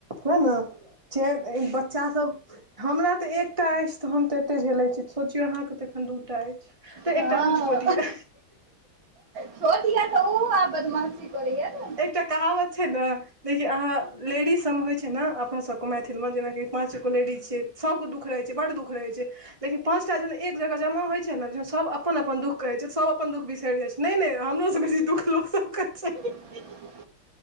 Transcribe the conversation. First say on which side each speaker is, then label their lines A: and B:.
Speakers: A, on the right (about 15°); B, on the right (about 75°).
A: वैह न चै इ बच्चासब हमरा त एकटा अछि त हम त एते झेलै छी सोचियौ अहाँके त दुटा अछि त
B: हँ
A: एक त अखन छोट यै
B: छोट य तऽ ओहो आ बदमाशी करैया ने
A: एकटा कहावत छै ने जे अहाँ लेडीज सम होय छै ने अपना सब क मैथिल में जेनाकी पाँचगो लेडीज छीय सब क दुख रहय छै बड दुख रहय छै लेकिन पाँचटा जन एक जगह जमा होइ छै ने सभ अपन अपन दुख कहै छै सब अपन दुख बिसरि जा इ छै नहि नहि हमरो सब बेसी दुख लोक सब क छै
B: <inaudible>